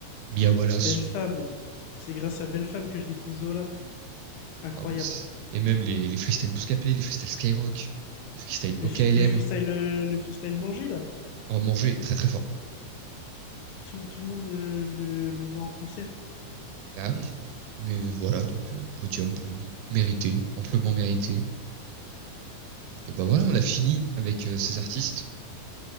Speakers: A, on the right (about 80°); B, on the left (about 90°).
A: Mia Wallace,
B: Belle femme. C'est grâce à Belle femme que je découvre Zola. Incroyable.
A: Ah, mais c'est- et même les, les freestyles Bouscapé, les freestyles Skyrock, les freestyles
B: Le,
A: OKLM,
B: fi- le freestyle, euh, le freestyle manger là.
A: en manger très très fort.
B: Tout, tout le monde euh, le, le veut en concert.
A: Ah oui. Mais euh, voilà, donc euh, podium pour lui, mérité, amplement mérité. Et bah voilà, on a fini avec euh, ces artistes.